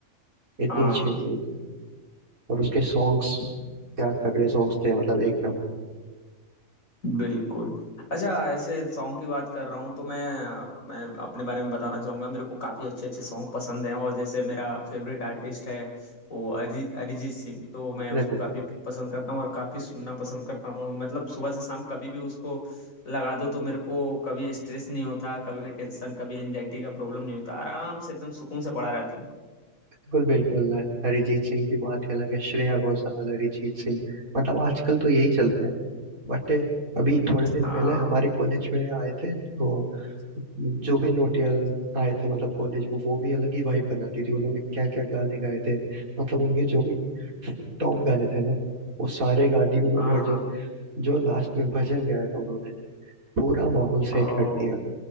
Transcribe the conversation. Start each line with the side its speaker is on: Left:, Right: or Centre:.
Right: इतनी
Left: हाँ
Right: अच्छी मूवी थी और उसके सॉन्ग्स क्या तगड़े सॉन्ग्स थे मतलब एक
Left: बिल्कुल अच्छा ऐसे सॉन्ग की बात कर रहा हूँ तो मैं मैं अपने बारे में बताना चाहूँगा मेरे को काफ़ी अच्छे अच्छे सॉन्ग पसंद हैं और जैसे मेरा फेवरेट आर्टिस्ट है वो अरि अरिजीत सिंह तो मैं उसको
Right: नंबर
Left: काफ़ी पसंद करता हूँ और काफ़ी सुनना पसंद करता हूँ मतलब सुबह से शाम कभी भी उसको लगा दो तो मेरे को कभी स्ट्रेस नहीं होता कभी टेंशन कभी एनजाइटी का प्रॉब्लम नहीं होता आराम से एकदम सुकून से पड़ा रहता हूँ
Right: बिल्कुल बिल्कुल अरिजीत सिंह की बात ही अलग है श्रेया घोषाल अरिजीत सिंह मतलब आजकल तो यही चलते हैं बट अभी थोड़े दिन
Left: हाँ
Right: पहले हमारे कॉलेज में आए थे वो जो भी नोटियाल आए थे मतलब कॉलेज में वो भी अलग ही वाइब बना दी थी उन्होंने क्या क्या गाने गाए थे मतलब उनके जो भी टॉप गाने थे ना वो सारे गा दिए उन्होंने
Left: हाँ
Right: और जो
Left: हाँ
Right: जो लास्ट में भजन गाया था उन्होंने पूरा माहौल सेट
Left: ओ,
Right: कर दिया